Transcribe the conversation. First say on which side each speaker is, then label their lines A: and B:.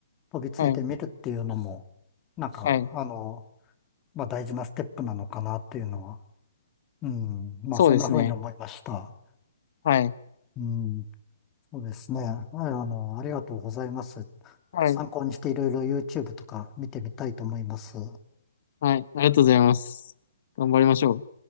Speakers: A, on the left; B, on the left.
A: 飛びついてみるっていうのも、
B: はい、
A: なんか、
B: はい。
A: あのーまあ、大事なステップなのかなっていうのは、うん、まあ、
B: そうですね。
A: そんな風に思いました。
B: はい、
A: うん。そうですね。ああの、ありがとうございます。
B: はい、
A: 参考にしていろいろ YouTube とか見てみたいと思います。
B: はい。ありがとうございます。頑張りましょう。